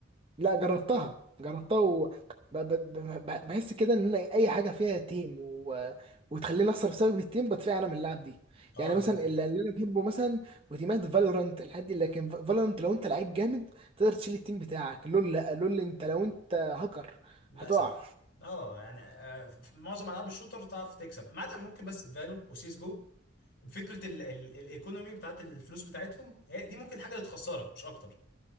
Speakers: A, on the right; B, on the left.
A: لا جربتها جربتها و ب- ب- ب- ب- بحس كده ان أنا اي حاجه فيها تيم و... وتخليني اخسر بسبب التيم بدفع انا من اللعب دي
B: اه
A: يعني
B: للاسف
A: مثلا اللي اللي انا بحبه مثلا وتيمات فالورانت الحد دي لكن فالورانت لو انت لعيب جامد تقدر تشيل التيم بتاعك لول لا لول انت لو انت هاكر
B: للاسف
A: هتقع
B: اه يعني آه، في معظم العاب الشوتر تعرف تكسب ما عدا ممكن بس فالو وسيس جو فكره ال ال الايكونومي بتاعت الفلوس بتاعتهم هي دي ممكن حاجه اللي تخسرك مش اكتر